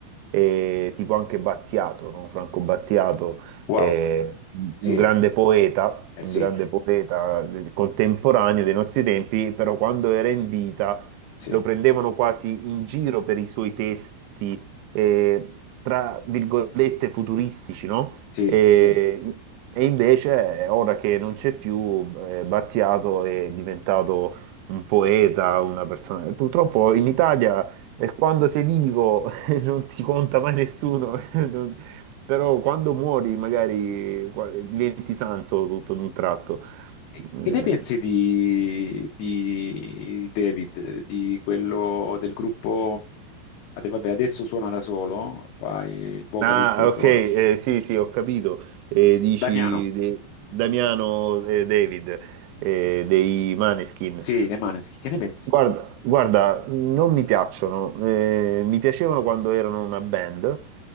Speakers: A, on the right (about 85°); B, on the left (about 85°).
A: e tipo anche Battiato, no? Franco Battiato,
B: wow,
A: eh,
B: sì,
A: un grande poeta,
B: eh
A: un
B: sì,
A: grande poeta del- contemporaneo dei nostri tempi, però quando era in vita
B: sì,
A: lo prendevano quasi in giro per i suoi testi, eh, tra virgolette, futuristici, no?
B: sì,
A: E,
B: sì.
A: e invece, eh, ora che non c'è più, eh, Battiato è diventato un poeta, una persona. E purtroppo in Italia, eh, quando sei vivo, non ti conta mai nessuno, <laughs> non- però quando muori magari qua- diventi santo tutto d'un tratto.
B: E
A: Eh,
B: Che ne pensi di, di David, di quello del gruppo, ah, vabbè, adesso suona da solo, fa il vocalista
A: ah,
B: da solo,
A: ok, eh, sì, sì, ho capito. Eh, dici
B: Damiano.
A: de- Damiano eh, David eh, dei Maneskin.
B: Sì, le Maneskin, che ne pensi?
A: Guarda, guarda, non mi piacciono, eh, mi piacevano quando erano una band,